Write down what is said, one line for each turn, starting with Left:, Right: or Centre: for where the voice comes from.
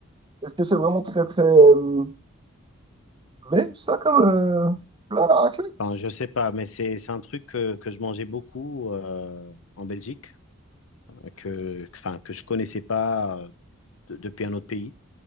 Right: est-ce que c'est vraiment très très euh, belge ça comme euh, plat?
Left: Enfin, je sais pas, mais c'est, c'est un truc que, que je mangeais beaucoup euh, en Belgique. que, enfin, que je connaissais pas euh, de- depuis un autre pays.